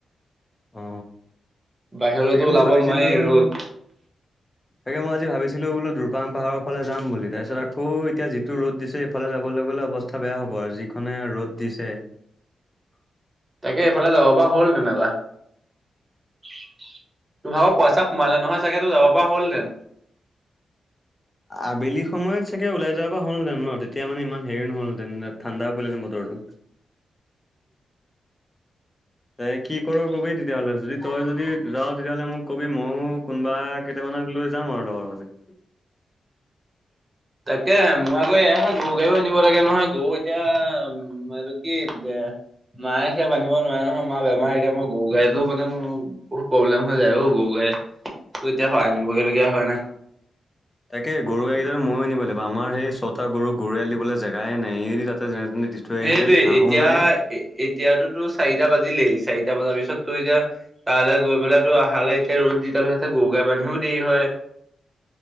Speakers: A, on the left (about 15°); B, on the right (about 20°).
A: অ
B: বাহিৰলেতো
A: তাকে
B: ওলাব
A: মই ভাবিছিলোঁ
B: নোৱাৰি ৰ'দ
A: তাকে মই আজি ভাবিছিলোঁ বোলো দুপাং পাহাৰৰালে যাম বুলি তাৰপিছত আকৌ এতিয়া যিটো ৰ'দ দিছে সেইফালে যাবলে অৱস্থা বেয়া হ'ব আৰু যিখনে ৰ'দ দিছে।
B: <unintelligible> <inaudible> তাকে এইফালে যাব পৰা হ'ল তেনেকুৱা তোৰ ভাগৰ পইচা সোমালে নহয় চাগে তোৰ যাব পৰা হ'লহেতেন? <inaudible>
A: আবেলি সময়ত চাগে ওলাই যোৱাৰা পৰা হলহেঁতেন ন তেতিয়া মানে ইমান হে নহলহঁতেন ঠাণ্ডা পৰিলেহেতেন ব- বতৰ টো
B: <inaudible>
A: এ কি কৰ কবি তেতিয়াহ'লে যদি তই যদি যাও তেতিয়াহ'লে মোক কবি ময়ো কোনোবা কেইটামান আমাক লৈ যাম আৰু লগতে
B: <unintelligible> তাকে মোৱ এয়াহে গৰু গাড়ীও আনিব লাগে নহয় গৰু এতিয়া উম এইটো কি এ মায়ে সেয়া বান্ধিব নোৱাৰে নহয় মা বেমাৰ এতিয়া মই গৰু গাইজো মানে মোৰ বহুত প্ৰব্লেম হৈ যায় ও গৰু গাই তো এতিয়া আনিব লগীয়া হোৱা নাই?
A: তাকে গৰু গাই কেইটা‌‌ ময়ো আনিব লাগিব আমাৰ সেই ছটা গৰুক গৰুএয়াল দিবলৈ জেগাই নাই এই দি তাতে যেনে তেনে দি থৈ
B: সেইটোয়ে
A: আহিছে ঘাঁহো
B: এতিয়া
A: নাই।
B: এতিয়াতোতো চাৰিটা বাজিলেই চাৰিটা বজাৰ পিছতো এতিয়া তালৈ গৈ পেলাই তো আহালৈকে এতিয়া ৰ'দ যিদাল আছে গৰু বান্ধিও দেৰি হয়।